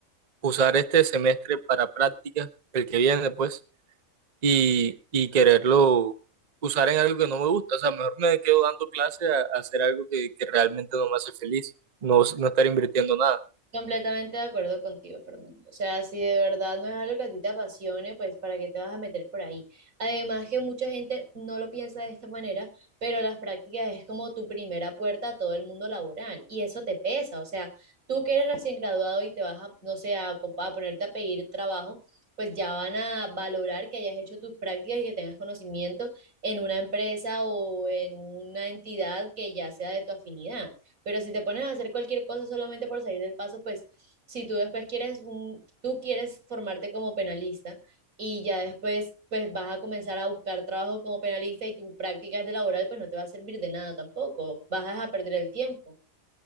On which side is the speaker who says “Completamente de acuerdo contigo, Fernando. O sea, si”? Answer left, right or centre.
Right